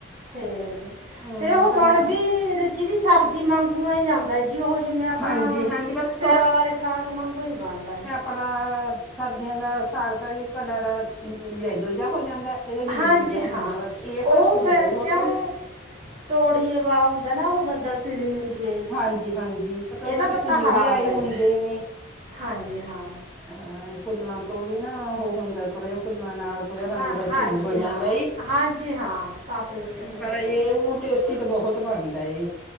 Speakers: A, on the right; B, in the centre.
A: ਫੇਰ
B: ਹਮ
A: -ਫੇਰ ਉਹ
B: ਪਰ
A: ਬਣਦੀ
B: ਮੈਂ
A: ਰਜੀ ਵੀ ਸਬਜ਼ੀ ਵਾਗੂ ਹੀ ਜਾਂਦਾ ਦਜੀ ਉਹ ਜਿ ਮੈਂ ਆਪਣਾ,
B: ਹਾਂਜੀ ਹਾਂਜੀ ਬਸ
A: ਸਿਆਲ ਵਾਲੇ ਸਾਗ ਵਾਂਗੂ ਹੀ ਬਣਦਾ ਏ
B: ਭਲਾ ਸਰਦੀਆਂ ਦਾ ਸਾਗ ਦਾ, ਕਲਰ ਦੂਜਾ ਹੋ ਜਾਂਦਾ ਇਹਦਾ ਗਰੀਨ
A: ਹਾਂਜੀ
B: ਜਿਹਾ ਹੁੰਦਾ,
A: ਹਾਂ
B: ਬਸ ਇਹ ਫ਼ਰਕ
A: ਉਹ
B: ਹੁੰਦਾ
A: ਫਿਰ
B: ਜੀ ਹੋਰ
A: ਕਿਉਂ
B: ਕੋਈ
A: ਤੋੜੀਏ ਵਾਲਾ ਹੁੰਦਾ ਨਾ, ਉਹ ਗੰਦਲ ਪੀਲੀ ਹੁੰਦੀ ਹੈ ਜੀ
B: ਹਾਂਜੀ -ਹਾਂਜੀ ਪਤਾ
A: ਇਹਦਾ
B: ਉਹਨਾਂ ਤੇ
A: ਪੱਤਾ,
B: ਫੁੱਲ
A: ਹਰਾ
B: ਵੀ
A: ਹੁੰਦਾ
B: ਆਏ ਹੁੰਦੇ
A: ਜੀ
B: ਨੇ
A: ਹਾਂਜੀ ਹਾਂ।
B: ਹਾਂ ਫੁੱਲਾਂ ਤੋਂ, ਨਈ ਨਾ ਉਹ ਹੁੰਦਾ ਥੋੜਾ ਜਿਹਾ ਫੁੱਲਾਂ ਨਾਲ ਥੋੜ੍ਹੇ ਰੰਗ
A: ਹਾਂ
B: ਦਾ ਚੇਂਜ
A: ਹਾਂਜੀ
B: ਹੋ
A: ਹਾਂ
B: ਜਾਂਦਾ, ਈ
A: ਹਾਂਜੀ ਹਾਂ ਤਾਂ ਪੇ ਕਿਤੇ
B: ਪਰ
A: ਹੋ ਜਾਂਦਾ
B: ਇਹ ਹੁ ਟੇਸਟੀ ਤੇ, ਬਹੁਤ ਬਣਦਾ ਏ